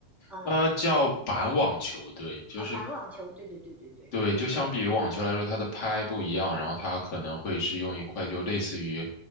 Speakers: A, in the centre; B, on the left.
A: 啊
B: 呃，叫板网球，对，就是
A: 啊，板网球，对对对对对，
B: 对，就相比于网球来说，
A: 嗯
B: 它的拍不一样，然后它可能会是用一块就类似于